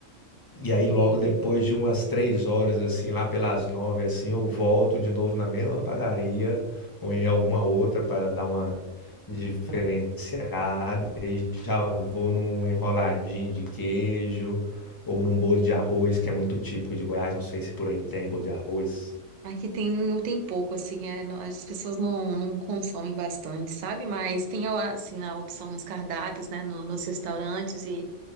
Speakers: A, on the left (about 30°); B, on the right (about 70°).
A: E aí,
B: Sim.
A: logo depois de umas três horas, assim, lá pelas nove, assim, eu volto de novo na mesma padaria ou em alguma outra para dar uma diferenciada. E já vou num enroladinho de queijo ou num bolo de arroz, que é muito típico de Goiás. Não sei se por aí tem bolo de arroz.
B: Aqui tem, tem pouco, assim, é, não- as pessoas não, não consomem bastante, sabe? Mas tem, a- assim, a opção nos cardápios, né, no- nos restaurantes, e